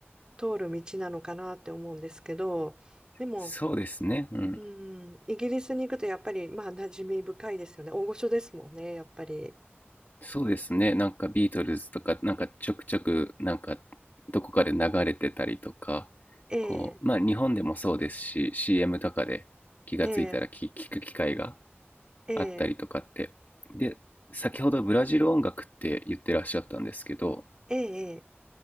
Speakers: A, on the right; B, on the left.
A: 通る道なのかなって思うんですけどでも、
B: そうですねうん
A: うん、イギリスに行くとやっぱりまあ馴染み深いですよね大御所ですもんねやっぱり。
B: そうですねなんかビートルズとかなんかちょくちょくなんかどこかで流れてたりとか
A: ええ
B: こうまあ日本でもそうですし CM とかで気がついたら聞聞く機会が
A: ええええ
B: あったりとかってで先ほどブラジル音楽って言ってらっしゃったんですけど
A: ええええ